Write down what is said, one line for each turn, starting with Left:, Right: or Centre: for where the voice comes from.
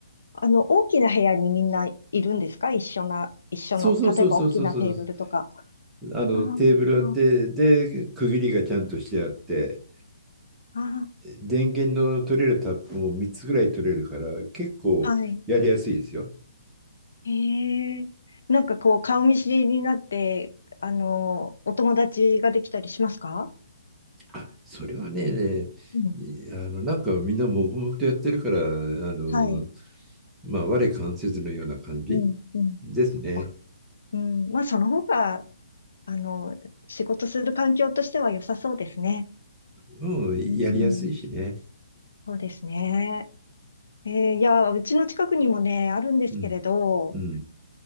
Left: あの、大きな部屋にみんないるんですか一緒な、一緒の、
Centre: そうそうそうそうそうそう。
Left: 例えば大きなテーブルとか。
Centre: あの、
Left: ああ、
Centre: テーブルあって、で、区切りがちゃんとしてあって、
Left: ああ、
Centre: 電源の取れるタップも3つぐらい取れるから、結構やりやすいですよ。
Left: はい。へえ。なんかこう、顔見知りになって、あの、お友達ができたりしますか
Centre: あ、それはね、
Left: うん。
Centre: いあの、なんかみんな黙々とやってるから、あの、
Left: はい。
Centre: まあ、我関せずのような感じ
Left: うん、うん。
Centre: ですね。
Left: そっか。うん。まあ、その方が、あの、仕事する環境としては良さそうですね。
Centre: うん、
Left: うん。
Centre: やりやすいしね。
Left: そうですね。えーいや、うちの近くにもね、あるんですけれど、
Centre: うん。うん。